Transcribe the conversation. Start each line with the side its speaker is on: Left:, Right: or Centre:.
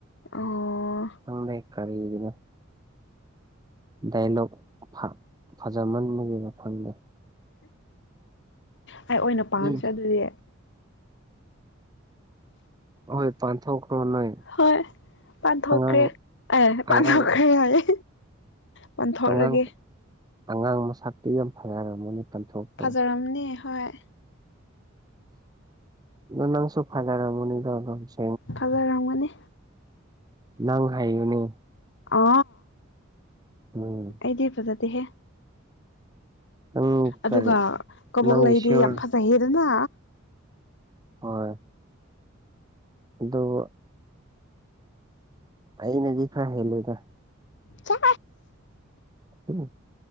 Left: ꯑꯣ
Right: ꯈ ꯪꯗꯦ ꯀꯔꯤꯒꯤꯅꯣ ꯗꯥꯏꯂꯣꯛ ꯐꯖꯃꯟꯕꯒꯤꯅ ꯐꯪꯗꯦ
Left: ꯑꯩ ꯑꯣꯏꯅ ꯄꯥꯟꯝꯁꯦ
Right: ꯎꯝ
Left: ꯑꯗꯨꯗꯤ
Right: ꯍꯣꯏ ꯄꯥꯟꯊꯣꯛꯈ꯭ꯔꯣ ꯅꯣꯏ
Left: ꯍꯣꯏ ꯄꯥꯟꯊꯣꯛꯈ꯭ꯔꯦ
Right: ꯑꯉꯥꯡ
Left: ꯑꯦ
Right: ꯑꯉꯥꯡ
Left: ꯄꯥꯟꯊꯣꯛꯈ꯭ꯔꯦ ꯍꯥꯏꯌꯦ ꯄꯥꯟꯊꯣꯛꯔꯒꯦ
Right: ꯑꯉꯥꯡ ꯑꯉꯥꯡ ꯃꯁꯛꯇꯤ ꯌꯥꯝ ꯐꯖꯔꯝꯃꯅꯤ ꯄꯥꯟꯊꯣꯛꯇꯣ
Left: ꯐꯖꯔꯝꯅꯦ ꯍꯣꯏ
Right: ꯑꯗꯨ ꯅꯪꯁꯨꯣ ꯐꯥꯏꯗꯔ ꯃꯅꯤꯗꯝꯁꯨ
Left: ꯀꯜꯖꯔꯝꯒꯅꯤ
Right: ꯅꯪ ꯍꯥꯏꯌꯨꯅꯦ
Left: ꯑ
Right: ꯎꯝ
Left: ꯑꯩꯗꯤ ꯐꯖꯗꯤꯦꯍꯦ
Right: ꯅꯪ
Left: ꯑꯗꯨꯒ
Right: ꯀꯔꯤ
Left: ꯀꯕꯣꯛ
Right: ꯅꯪꯒꯤ
Left: ꯂꯩꯗꯤ
Right: ꯁꯤꯌꯣꯔ
Left: ꯌꯥꯝ ꯐꯖꯩꯍꯦꯗꯅ
Right: ꯍꯣꯏ ꯑꯗꯨꯣ ꯑꯩꯏꯅꯦꯗꯤꯥ ꯍꯦꯂꯒ
Left: ꯆ
Right: ꯑꯗꯨꯝ